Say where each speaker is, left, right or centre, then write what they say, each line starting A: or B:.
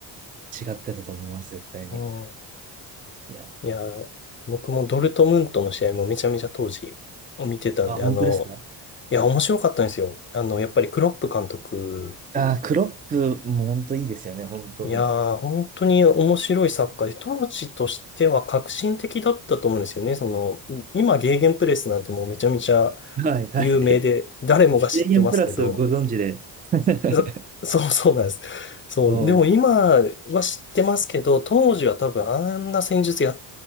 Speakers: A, on the right (about 20°); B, on the left (about 25°).
A: 違ってたと思います、絶対に。
B: うん
A: いや、
B: いやー、僕もドルトムントの試合もめちゃめちゃ当時見てたんで、
A: あ、本当ですか
B: あの、いや、面白かったんですよ。あの、やっぱりクロップ監督、
A: ああ、クロップも本当いいですよね、本当に。
B: いやー、本当に面白いサッカーで、当時としては革新的だったと思うんですよね。その、今、ゲーゲンプレスなんてもうめちゃめちゃ
A: はいはい。
B: 有名で、誰もが知ってますけど、
A: a m プラスをご存知で。<laughs>
B: そ <laughs> そうそうなんです。そう、
A: おー
B: でも今は知ってますけど、当時は多分あんな戦術やっ